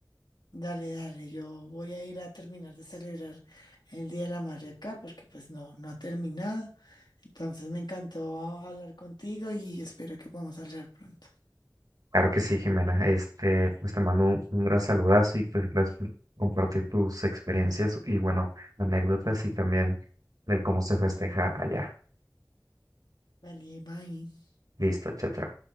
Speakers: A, on the left; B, on the right.
A: Dale, dale, yo voy a ir a terminar de celebrar el Día de la Madre acá, porque pues no, no ha terminado. Entonces me encantó hablar contigo y espero que podamos hablar pronto.
B: Claro que sí, Jimena. Este, pues te mando un, un gran saludazo y pues gracias por compartir tus experiencias y bueno, anécdotas y también del cómo se festeja allá.
A: Vale, bye.
B: Listo, chao, chao.